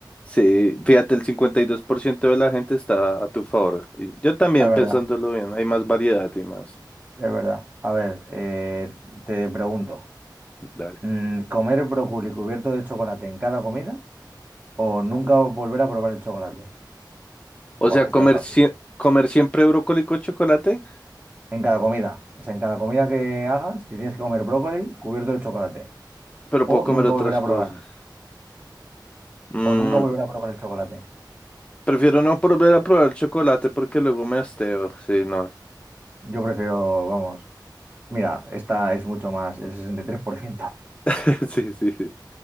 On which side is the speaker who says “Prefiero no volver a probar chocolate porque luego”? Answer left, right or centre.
Left